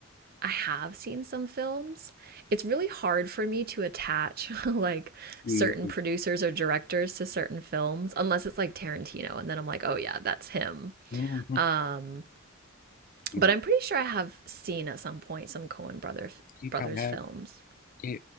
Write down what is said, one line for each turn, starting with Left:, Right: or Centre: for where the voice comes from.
Right: I have seen some films. It's really hard for me to attach <laughs> like
Left: Yeah.
Right: certain producers or directors to certain films unless it's like Tarantino and then I'm like, "Oh yeah, that's him."
Left: Mhm.
Right: Um,
Left: Yeah.
Right: but I'm pretty sure I have seen at some point some Coen brother
Left: You
Right: brothers
Left: probably have.
Right: films.
Left: Yeah.